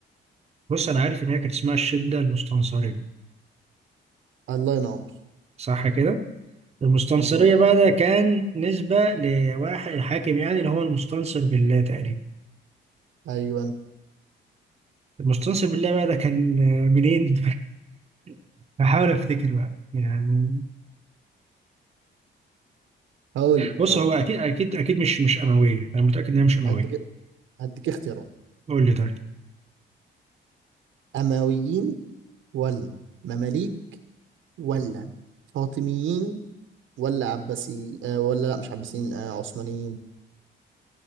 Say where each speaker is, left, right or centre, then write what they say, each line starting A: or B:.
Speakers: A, on the right; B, on the right.
A: بص أنا عارف إن هي كانت اسمها الشدة المستنصرية
B: الله ينور
A: صح كده؟ المستنصرية
B: مظبوط
A: بقى ده كان نسبة لواحد الحاكم يعني اللي هو المستنصر بالله تقريبا
B: أيوه
A: المستنصر بالله بقى ده كان آه، منين؟ <laughs> بحاول أفتكر بقى يعني
B: هقول
A: بص
B: هقول
A: هو أكيد أكيد أكيد مش مش أموية أنا متأكد إن هي مش أموية
B: هديك هديك اختيارات
A: قول لي طيب
B: أمويين ولا مماليك ولا فاطميين ولا عباسي آه ولا لا مش عباسيين آه عثمانيين